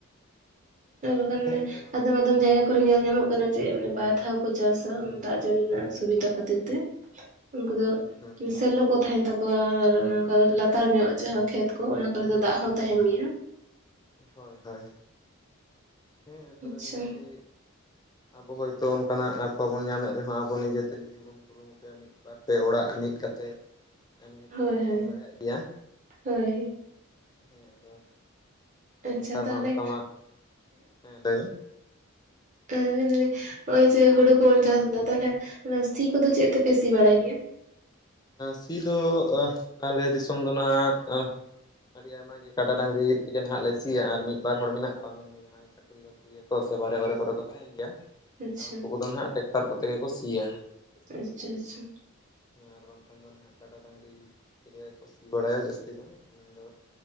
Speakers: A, on the right; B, on the left.
A: ᱟᱨ ᱵᱟᱠᱷᱟᱱ
B: ᱦᱮᱸ
A: ᱞᱮ
B: ᱠᱟᱨᱚᱱ
A: ᱟᱫᱚᱢ ᱟᱫᱚᱢ ᱡᱟᱭᱜᱟ ᱠᱚᱨᱮ ᱧᱮᱞ ᱧᱟᱢᱚᱜ ᱠᱟᱱᱟ ᱡᱮ ᱢᱟᱱᱮ ᱵᱟᱨ ᱫᱷᱟᱣ ᱠᱚ ᱪᱟᱥᱟ ᱫᱟᱜ ᱡᱟᱹᱲᱤ ᱨᱮᱱᱟᱜ ᱥᱩᱵᱤᱫᱟ ᱠᱷᱟᱹᱛᱤᱨ ᱛᱮ᱾ ᱩᱱᱠᱩ ᱫᱚ
B: ᱦᱮᱸ
A: ᱥᱮᱞᱞᱳ ᱠᱚ ᱛᱟᱦᱮᱱ ᱛᱟᱠᱚᱣᱟ ᱟᱨ ᱚᱱᱮ ᱚᱱᱠᱟ ᱞᱟᱛᱟᱨ ᱧᱚᱜ ᱡᱟᱦᱟᱸ ᱠᱷᱮᱛ ᱠᱚ ᱚᱱᱟ ᱠᱚᱨᱮ ᱫᱚ ᱫᱟᱜ ᱦᱚᱸ ᱛᱟᱦᱮᱱ ᱜᱮᱭᱟ᱾
B: ᱦᱳᱭ ᱦᱳᱭ ᱦᱮᱸ ᱛᱚᱵᱮ
A: ᱟᱪᱪᱷᱟ
B: ᱱᱤᱦᱟᱹᱛᱤ ᱟᱵᱚ ᱦᱚᱭᱛᱳ ᱚᱱᱠᱟ ᱱᱟᱜ ᱵᱟᱵᱚᱱ ᱧᱟᱢᱮᱫ ᱨᱮᱦᱚᱸ ᱟᱵᱚ ᱱᱤᱡᱮᱛᱮ ᱡᱩᱫᱤ ᱵᱚᱱ ᱠᱩᱨᱩᱢᱩᱴᱩ ᱯᱮ, ᱢᱤᱫ, ᱵᱟᱨ, ᱯᱮ ᱚᱲᱟᱜ ᱢᱤᱫ ᱠᱟᱛᱮᱫ ᱱᱤᱦᱟᱹᱛᱤ
A: ᱦᱳᱭ
B: ᱚᱱᱟ ᱦᱚᱸᱵᱚᱱ
A: ᱦᱳᱭ
B: ᱫᱟᱲᱮᱭᱟᱜ ᱜᱮᱭᱟ
A: ᱦᱳᱭ
B: ᱦᱮᱸ ᱟᱫᱚ ᱟᱨ
A: ᱟᱪᱪᱷᱟ
B: ᱱᱮᱛᱟᱨ
A: ᱛᱟᱦᱚᱞᱮ
B: ᱢᱟ ᱚᱱᱠᱟ ᱢᱟ ᱦᱮᱸ ᱞᱟᱹᱭ ᱢᱮ᱾
A: ᱦᱮᱸ ᱢᱮᱱᱫᱟᱞᱤᱧ ᱦᱚᱜ-ᱚᱭ ᱡᱮ ᱦᱳᱲᱳ ᱠᱚᱵᱚᱱ ᱪᱟᱥ ᱫᱟ ᱛᱟᱦᱞᱮ ᱚᱱᱟ ᱥᱤ ᱠᱚᱫᱚ ᱪᱮᱫ ᱛᱮᱯᱮ ᱥᱤ ᱵᱟᱲᱟᱭ ᱜᱮᱭᱟ?
B: ᱥᱤ ᱫᱚ ᱟᱞᱮ ᱫᱤᱥᱚᱢ ᱫᱚ ᱱᱟᱜ ᱟᱹᱰᱤ ᱟᱭᱢᱟ ᱜᱮ ᱠᱟᱰᱟ ᱰᱟᱝᱨᱤ ᱛᱮᱜᱮ ᱱᱟᱦᱟᱜ ᱞᱮ ᱥᱤᱭᱟ᱾ ᱟᱨ ᱢᱤᱫ ᱵᱟᱨ ᱦᱚᱲ ᱢᱮᱱᱟᱜ ᱠᱚᱣᱟ ᱢᱮᱱᱫᱚ ᱡᱟᱦᱟᱸᱭ ᱪᱟᱠᱨᱤ ᱵᱟᱹᱠᱨᱤᱭᱟ ᱠᱚ ᱥᱮ ᱵᱟᱨᱮ ᱚᱨᱮ ᱠᱚᱨᱮ ᱠᱚ ᱛᱟᱦᱮᱱ ᱜᱮᱭᱟ
A: ᱟᱪᱪᱷᱟ
B: ᱩᱱᱠᱩ ᱠᱚᱫᱚ ᱱᱟᱦᱟᱜ ᱴᱮᱠᱴᱟᱨ ᱠᱚᱛᱮ ᱜᱮ ᱠᱚ ᱥᱤᱭᱟ᱾
A: ᱟᱪᱪᱷᱟ ᱟᱪᱪᱷᱟ᱾
B: ᱟᱨ ᱵᱟᱝᱠᱷᱟᱱ ᱫᱚ ᱱᱟᱦᱟᱜ ᱠᱟᱰᱟ ᱰᱟᱹᱝᱨᱤ ᱛᱮᱜᱮ ᱠᱚ ᱥᱤ ᱵᱟᱲᱟᱭᱟ ᱡᱟᱹᱥᱛᱤ ᱫᱚ ᱢᱮᱱᱫᱚ